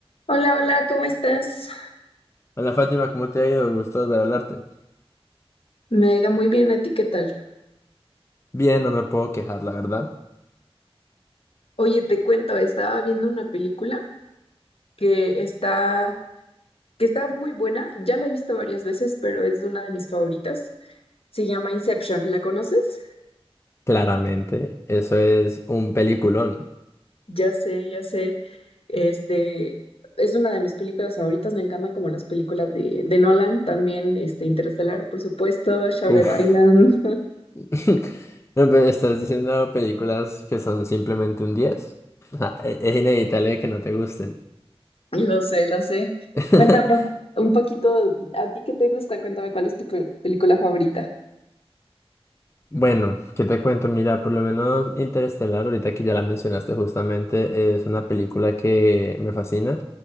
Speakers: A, on the left; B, on the left.
A: Hola, hola, ¿cómo estás?
B: Hola Fátima, ¿cómo te ha ido? Gusto volver a hablarte.
A: Me ha ido muy bien, ¿a ti qué tal?
B: Bien, no me puedo quejar, la verdad.
A: Oye, te cuento, estaba viendo una película que está, que está muy buena, ya la he visto varias veces, pero es una de mis favoritas. Se llama Inception, ¿la conoces?
B: Claramente, eso es un peliculón.
A: Ya sé, ya sé, este, es una de mis películas favoritas, me encantan como las películas de, de Nolan, también este, Interestelar, por supuesto, Shutter
B: Uf.
A: Island.
B: <laughs> No, pero estás diciendo películas que son simplemente un 10. O sea, e- es inevitable que no te gusten.
A: Lo sé, lo sé.
B: <laughs>
A: Cuéntame un un poquito, ¿a ti qué te gusta? Cuéntame cuál es tu pe- película favorita.
B: Bueno, ¿qué te cuento? Mira, por lo menos Interestelar, ahorita que ya la mencionaste justamente, es una película que me fascina.